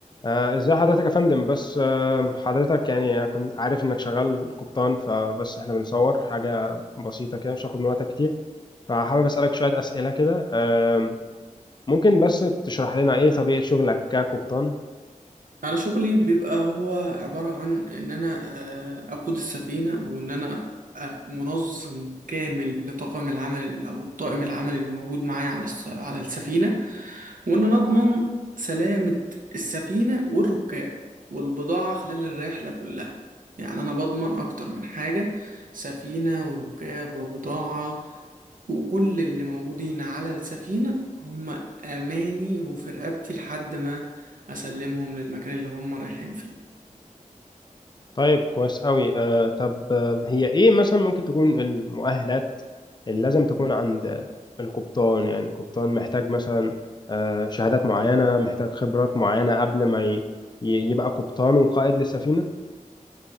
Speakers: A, on the left; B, on the right.
A: آه، ازاي حضرتك يا فندم بس آه، حضرتك يعني كنت عارف انك شغال قبطان فبس احنا بنصور حاجة بسيطة كده مش هاخد من وقتك كتير فحابب اسألك شوية اسئلة كده آه، ممكن بس تشرح لنا ايه طبيعة شغلك كقبطان
B: انا شغلي بيبقى هو عبارة عن ان انا آه، اقود السفينة وان انا آه، منظم كامل لطاقم العمل او الطاقم العمل اللي موجود معايا على الس- على السفينة وان انا اضمن سلامة السفينة والركاب والبضاعة خلال الرحلة كلها يعني انا بضمن اكتر من حاجة سفينة وركاب وبضاعة وكل اللي موجودين على السفينة هم اماني وفي رقبتي لحد ما اسلمهم للمكان اللي هم رايحين فيه
A: طيب كويس قوي آه، طب آه، هي ايه مثلا ممكن تكون المؤهلات اللي لازم تكون عند القبطان يعني القبطان محتاج مثلا آه، شهادات معينة محتاج خبرات معينة قبل ما ي- ي- يبقى قبطان وقائد للسفينة